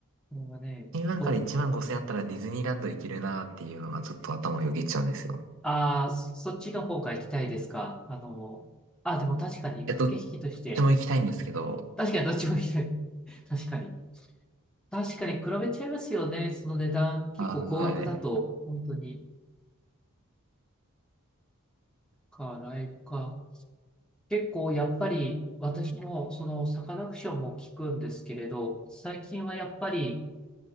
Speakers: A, in the centre; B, on the right.
A: これはね、
B: 1万から1万5千円あったらディズニーランド行けるなーっていうのがちょっと頭をよぎっちゃうんですよ。
A: お、ああ、そそっちの方が行きたいですか。あの、あ、でも確かに駆け引きとして、
B: えっと、どっちも行きたいんですけど。
A: 確かにどっちも行きたい。<laughs> 確かに。確かに比べちゃいますよね。その値段、結構高額だと、
B: はーい。
A: 本当に。か、ライブか。結構やっぱり私もそのサカナクションも聞くんですけれど、最近はやっぱり、